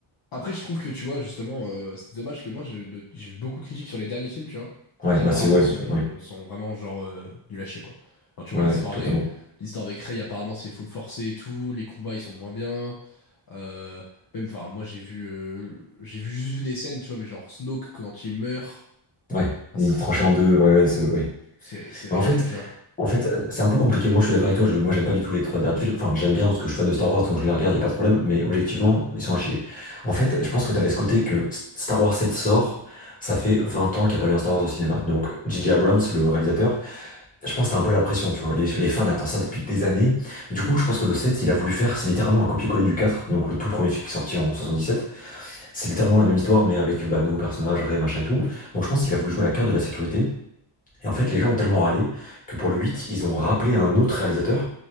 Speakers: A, on the left (about 45°); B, on the left (about 15°).
A: Après, je trouve que tu vois, justement, euh, c'est dommage que moi, je- de- j'ai vu beaucoup de critiques sur les derniers films, tu vois,
B: ouais,
A: qui
B: bah,
A: apparemment
B: c'est, ouais,
A: sont,
B: ouais,
A: sont vraiment genre euh, nuls à chier, quoi. Alors, tu
B: ouais,
A: vois, l'histoire
B: totalement.
A: avec, l'histoire avec Rey, apparemment, c'est full forcé et tout, les combats, ils sont moins bien. Euh, même, enfin, moi, j'ai vu, euh, j'ai vu- juste vu des scènes, tu vois, mais genre Snoke, quand il meurt,
B: Ouais,
A: enfin,
B: il
A: c'est
B: est tranché en deux, ouais, ouais, c'est- oui.
A: c'est- c'est ridicule,
B: Bah, En fait,
A: tu vois.
B: en fait, c'est un peu compliqué. Moi, je suis d'accord avec toi, je, moi, j'aime pas du tout les trois derniers films. Enfin, j'aime bien parce que je suis fan de Star Wars, donc je les regarde, y a pas de problème, mais objectivement, ils sont à chier. En fait, je pense que t'avais ce côté que S- Star Wars 7 sort, ça fait 20 ans qu'il n'y a pas eu un Star Wars au cinéma. Donc, J. J. Abrams, le réalisateur, je pense que t'as un peu la pression, tu vois. Les, les fans
A: Ah bah.
B: attendent ça depuis des années. Du coup, je pense que le 7, il a voulu faire, c'est littéralement un copier-coller du 4. donc le tout premier film qui est sorti en 77, C'est littéralement la même histoire, mais avec bah, nouveaux personnages, Rey, machin et tout. Donc, je pense qu'il a voulu jouer à la carte de la sécurité. Et en fait, les gens ont tellement râlé que pour le 8, ils ont rappelé un autre réalisateur